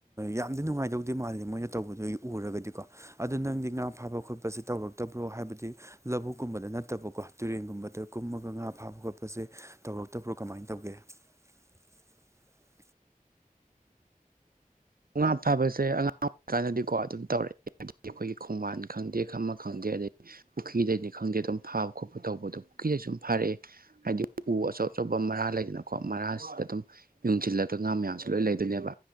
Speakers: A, on the right; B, on the right.
A: ꯌꯥꯝꯗꯤ ꯅꯨꯡꯉꯥꯏꯗꯧꯗꯦ ꯃꯥꯜꯜꯂꯤ ꯃꯣꯏꯅ ꯇꯧꯕꯗꯨꯒꯤ ꯎꯔꯒꯗꯤꯀꯣ ꯑꯗꯨꯗ ꯅꯪꯗꯤ ꯉꯥ ꯐꯥꯕ ꯈꯣꯠꯄꯁꯦ ꯇꯧꯔꯛꯇꯕ꯭ꯔꯣ ꯍꯥꯏꯕꯗꯤ ꯂꯧꯕꯨꯛꯀꯨꯝꯕꯗ ꯅꯠꯇꯕꯀꯣ ꯇꯨꯔꯦꯟꯒꯨꯝꯕꯗ ꯀꯨꯝꯃꯒ ꯉꯥ ꯐꯥꯕ ꯈꯣꯠꯄꯁꯦ ꯇꯧꯔꯛꯇꯕ꯭ꯔꯣ ꯀꯃꯥꯏꯅ ꯇꯧꯒꯦ <unintelligible>
B: ꯉ ꯉꯥ ꯐꯥꯕꯁꯦ ꯑꯉꯥꯡ ꯑꯣꯏꯔꯤꯀꯥꯟꯗꯗꯤꯀꯣ ꯑꯗꯨꯝ ꯇꯧꯔꯛꯑꯦ ꯑꯩꯈꯣꯏꯒꯤ ꯈꯣꯡꯕꯥꯟ ꯈꯪꯗꯦ ꯈꯃ ꯈꯪꯗꯦ ꯑꯗꯗꯒꯤ ꯄꯨꯈ꯭ꯔꯤꯗꯅꯤ ꯈꯪꯗꯦ ꯑꯗꯨꯝ ꯐꯥꯕ ꯈꯣꯠꯄ ꯇꯧꯕꯗꯣ ꯄꯨꯈꯗ ꯁꯨꯝ ꯐꯥꯔꯛꯑꯦ ꯍꯥꯏꯗꯤ ꯎ ꯑꯆꯧ ꯑꯆꯧꯕ ꯃꯔꯥ ꯂꯩꯗꯅꯀꯣ ꯃꯔꯥꯁꯤꯗ ꯑꯗꯨꯝ ꯌꯨꯡꯁꯤꯜꯂꯒ ꯉꯥ ꯃꯌꯥꯝꯁꯨ ꯂꯣꯏ ꯂꯩꯗꯣꯏꯅꯦꯕ